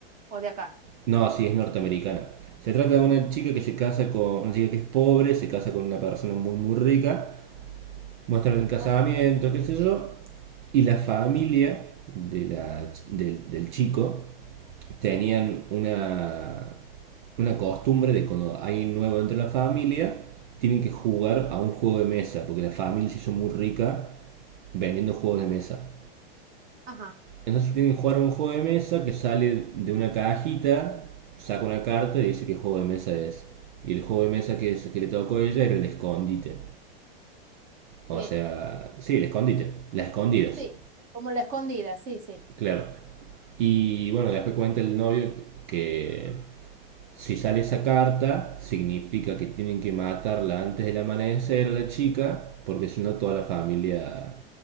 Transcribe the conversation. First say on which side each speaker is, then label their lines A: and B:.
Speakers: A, on the right; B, on the right.
A: o de acá?
B: No, sí, es norteamericana. Se trata de una chica que se casa con una chica que es pobre, se casa con una persona muy muy rica, muestran el casamiento,
A: Ajá,
B: qué sé yo, y la familia de la- del, del chico tenían
A: sí.
B: una, una costumbre de cuando hay un nuevo entre la familia, tienen que jugar a un juego de mesa, porque la familia se hizo muy rica vendiendo juegos de mesa.
A: Ajá,
B: Entonces tienen que jugar un juego de mesa que sale de una cajita, saca una carta y dice qué juego de mesa es. Y el juego de mesa que, es- que le tocó a ella era el escondite. O
A: sí,
B: sea, sí, el escondite, las escondidas,
A: sí. Como la escondida, sí, sí.
B: claro. Y bueno, después cuenta el novio que Si sale esa carta, significa que tienen que matarla antes del amanecer a la chica, porque si no toda la familia